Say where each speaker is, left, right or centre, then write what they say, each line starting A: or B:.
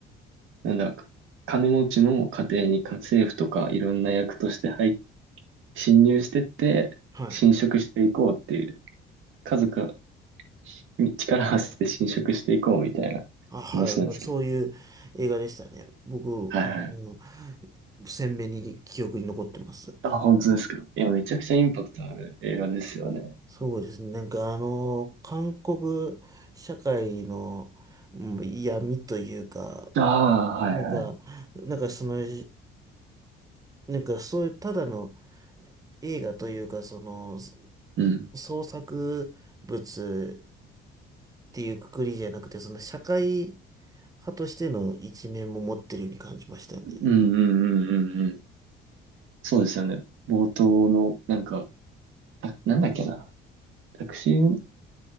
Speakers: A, on the right (about 70°); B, on the right (about 15°).
A: う。なんだか、金持ちの家庭に家政婦とかいろんな役として入っ侵入してって、
B: はい。
A: 侵食していこうっていう、家族に力を合わせて侵食していこうみたいな話なんですけど。
B: あ、はい。もうそういう映画でしたね。僕、もう、
A: はいはい。
B: うん鮮明に記憶に残ってます。
A: あ、本当ですか。いや、めちゃくちゃインパクトある映画ですよね。
B: そうですね。なんかあの、韓国社会のうん闇というか、
A: ああ、はいはい。
B: なんか、なんかその、なんかそういうただの映画というか、その、
A: うん。
B: 創作物っていうくくりじゃなくて、その社会派としての一面も持ってるように感じましたよね。
A: うんうんうんうんうん。そうですよね。冒頭の、なんか、たなんだっけな。タクシー、